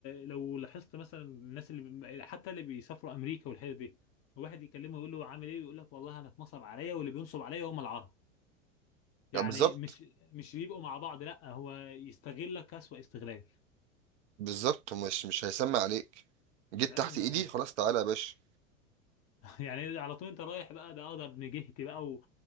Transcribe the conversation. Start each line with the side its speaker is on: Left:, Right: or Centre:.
Left: لو لاحظت مثلا الناس اللي حتى اللي بيسافروا امريكا والحته دي واحد يكلمه يقول له عامل ايه يقول لك والله انا اتنصب عليا واللي بينصب عليا هم العرب يعني
Right: يعني بالظبط
Left: مش مش يبقوا مع بعض لا هو يستغلك أسوأ استغلال
Right: بالظبط هو مش مش هيسمع عليك جيت
Left: لا
Right: تحت
Left: يا-
Right: ايدي خلاص تعالى يا باشا
Left: <laughs> يعني على طول انت رايح بقى ده اه ده ابن جهتي بقى